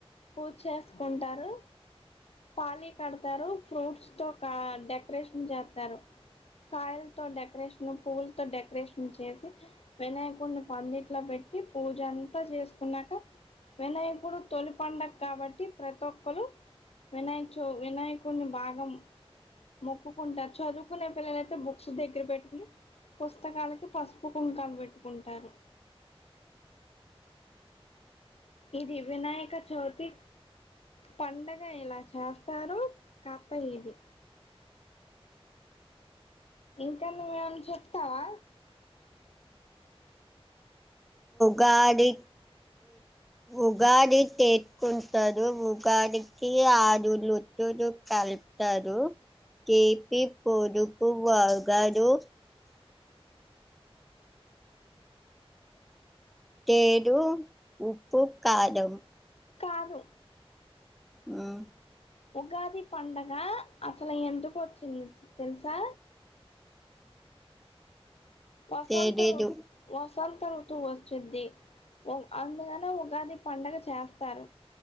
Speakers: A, on the left; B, in the centre.
A: పూజ చేసుకుంటారు పాలి కడతారు ఫ్రూట్స్ తో కా డెకరేషన్ చేత్తారు కాయలతో డెకరేషను పువ్వులతో డెకరేషను చేసి వినాయకుడిని పందిట్లో పెట్టి పూజ అంతా చేసుకున్నాక వినాయకుడు తొలి పండగ కాబట్టి ప్రతి ఒక్కలు వినాయక చ వినాయకుడిని బాగా మొక్కుకుంటారు చదువుకునే పిల్లలైతే బుక్స్ దగ్గర పెట్టుకుని పుస్తకాలకి పసుపు కుంకాలు పెట్ పెట్టుకుంటారు ఇది వినాయక చవితి పండగ ఎలా చాస్ తారు కథ ఇది ఇంకా నువ్వేమన్న చెప్తావా
B: గాది ఉగాది చేసుకుంటారు ఉగాది ఇ ఆజులు జు జు కలుపుతారు తీపి పొదుపు వగరు తేరు ఉప్పు కారం
A: కాదు
B: హ్మ్
A: ఉగాది పండగ అసలు ఎందుకు వచ్చింది తెలుసా వసంతం
B: తెలీదు
A: వస్ వసంత రుతువు వచ్చింది ఉ అందుకనే ఉగాది పండగ చేస్తారు